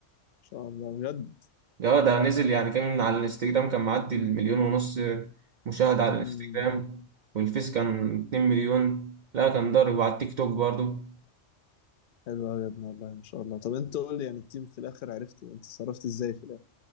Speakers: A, on the left; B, on the right.
A: شاء الله بجد
B: ده ده نزل يعني كان على الانستجرام كان معدي المليون ونص مشاهدة على
A: امم
B: الانستجرام والفيس كان 2 مليون لا كان ضارب وعلى التيك توك برضو
A: حلو قوي يا ابني والله ما شاء الله طب انت قول لي يعني التيم في الاخر عرفت انت صرفت ازاي في الاخر